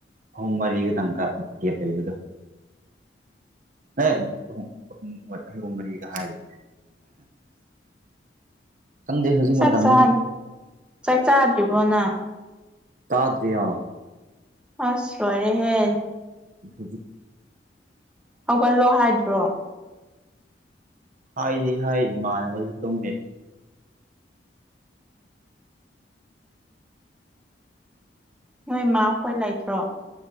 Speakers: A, on the right (about 45°); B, in the centre.
A: ꯑꯍꯨꯝ ꯃꯔꯤꯒ ꯇꯪꯀ ꯂꯦꯞ ꯂꯩꯕꯗꯣ
B: ꯎꯝ
A: ꯍꯦꯨꯝꯨꯝ ꯑꯍꯣ ꯃꯔꯤꯒ ꯍꯥꯏꯔꯤ ꯈꯪꯗꯦ ꯍꯧꯖꯤꯛ
B: ꯆꯥꯛ
A: ꯃꯇꯝꯗꯤ
B: ꯆꯥ ꯆꯥꯛ ꯆꯥꯗ꯭ꯔꯤꯕꯣꯅ
A: ꯇꯥꯗꯌꯥ
B: ꯑꯁ꯭ꯔꯅꯦ ꯍꯦ
A: ꯑꯗꯨ
B: ꯍꯧꯒꯠꯂꯣ ꯍꯥꯏꯗ꯭ꯔꯣ
A: ꯍꯥꯏꯗꯤ ꯍꯥꯏꯔꯤ ꯃꯥꯟꯅꯕꯁꯨ ꯇꯨꯝꯗꯦ
B: ꯅꯣꯏ ꯃꯥ ꯍꯣꯏ ꯂꯩꯇ꯭ꯔꯣ